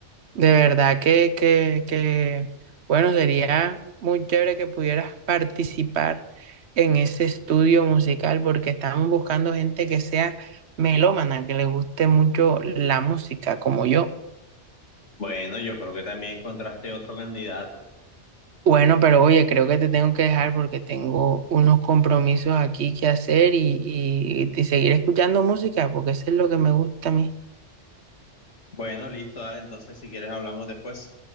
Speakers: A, on the right; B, on the left.
A: de verdad que, que, que, bueno, sería muy chévere que pudieras participar en ese estudio musical porque estamos buscando gente que sea melómana, que le guste mucho la música, como yo.
B: Bueno, yo creo que también encontraste otro candidato.
A: Bueno, pero oye, creo que te tengo que dejar porque tengo unos compromisos aquí que hacer y, y y seguir escuchando música porque eso es lo que me gusta a mí.
B: Bueno, listo, dale, entonces si quieres hablamos después.